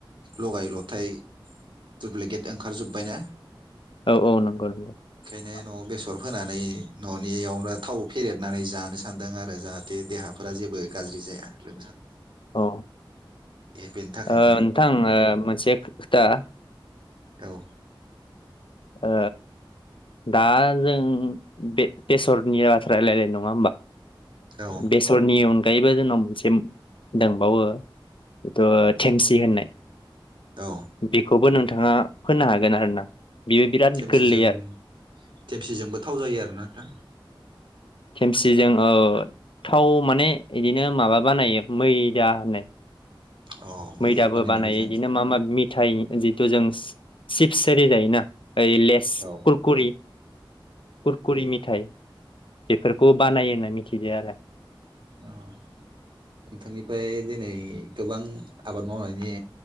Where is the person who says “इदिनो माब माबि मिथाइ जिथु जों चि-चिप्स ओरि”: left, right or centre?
Left